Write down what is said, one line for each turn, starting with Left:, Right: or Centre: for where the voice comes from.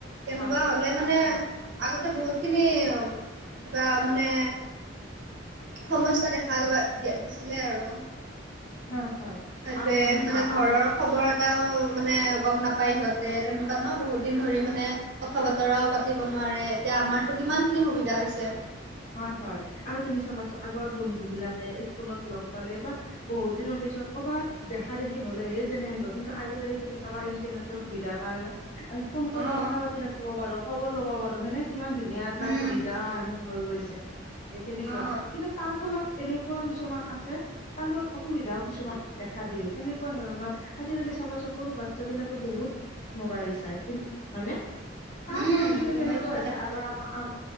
Right: তেনেকুৱা
Left: হয়
Right: হ'লে মানে
Left: হয়
Right: আগতে বহুতখিনি কিবা মানে সমস্যা দেখা গৈ ছিলে আৰু।
Left: হয় হয়
Right: সেইটোয়ে
Left: আৰু তুমি চাবা
Right: মানে ঘৰৰ
Left: আগত
Right: খবৰ এটাও মানে গম নাপায় সিহঁতে তেনেকুৱা ন, বহুতদিন ধৰি মানে কথা-বতৰাও পাতিব নোৱাৰে, এতিয়া আমাৰতো কিমানখিনি সুবিধা হৈছে।
Left: হয়, হয় আৰু তুমি চাবাচুন আগৰ বন্ধু বিলাকে স্কুলত লগ পালে বা, বহুত দিনৰ পিছত কৰ'বাত দেখা-দেখি হ'লে যেনে সেনেকোৱা কিন্তু, আজিকালি তুমি চাবা ইণ্টাৰনেটৰ সুবিধাৰ কাৰণে আমি ফোন কৰি
Right: অ
Left: কথা পাতি থাকিব পাৰোঁ, খবৰ লব পাৰো হয়নে, কিমান ধুনীয়া এটা
Right: উম
Left: সুবিধা হেন হয় গৈছে। সেই তেনেকুৱা,
Right: অ
Left: কিন্তু তাৰ ফলত এনেকুৱা কিছুমান আছে তাৰ ফলত অসুবিধাও কিছুমান দেখা দিয়ে, কেনেকুৱা ধৰণৰ আজিকালি চাবাচুন সৰু বাচ্ছা বিলাকে বহুত মোবাইল চাই হয়নে তাৰ
Right: উম
Left: ফলত
Right: মোবাইল
Left: কেনেকুৱা
Right: চোৱা
Left: হৈছে
Right: দেখা
Left: আগৰ
Right: যায়
Left: আমাৰ